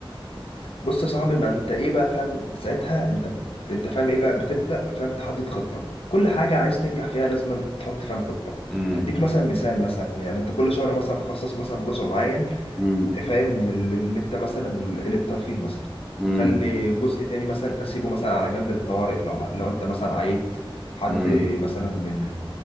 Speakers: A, on the left; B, in the centre.
A: بص يا صاحبي ما انت ايه بقى فاهم ساعتها انت انت فاهم ايه بقى بتبدا فاهم تحدد خطه كل حاجه عايز تنجح فيها لازم تحط فاهم خطه
B: امم
A: هديك مثلا مثال مثلا يعني انت كل شهر مثلا خصص مثلا جزء معين
B: امم
A: فاهم لل- اللي انت مثلا للترفيه مثلا
B: امم
A: خلي جزء تاني مثلا اسيبه مثلا على جنب للطوارئ لو لو انت مثلا عيت حد
B: امم
A: مثلا من